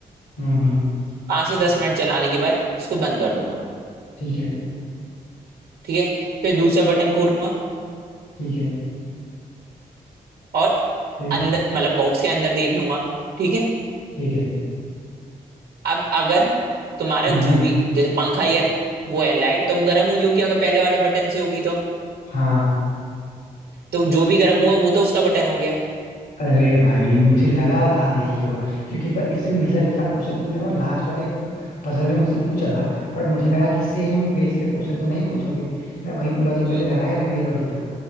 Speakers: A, on the left (about 80°); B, on the right (about 75°).
A: हुँ, हुँ।
B: पांच से दस मिनट चलाने के बाद इसको बंद कर दूंगा
A: ठीक है,
B: ठीक है फिर दूसरा बटन खोलूंगा
A: ठीक है,
B: और
A: फिर?
B: अंदर मतलब बॉक्स के अंदर देख लूंगा ठीक है
A: ठीक है।
B: अब अगर तुम्हारा
A: हुँ,
B: जो
A: हुँ।
B: भी जैसे पंखा या वो है लाइट तो वो गर्म हुई होगी अगर पहले वाले बटन से होगी तो
A: हाँ,
B: तो जो भी गर्म हुआ वो तो उसका बटन हो गया
A: अरे भाई मुझे लगा था यही होगा क्योंकि एक बार इससे मिलता-जुलता क्वेश्चन तुमने वो लास्ट वाले प- पजल में मुझसे पूछा था बट मुझे लगा कि सेम बेस पे क्वेश्चन तो नहीं पूछोगे मैं वही लॉजिक
B: म,
A: पहले लगाया भी वही लॉजिक था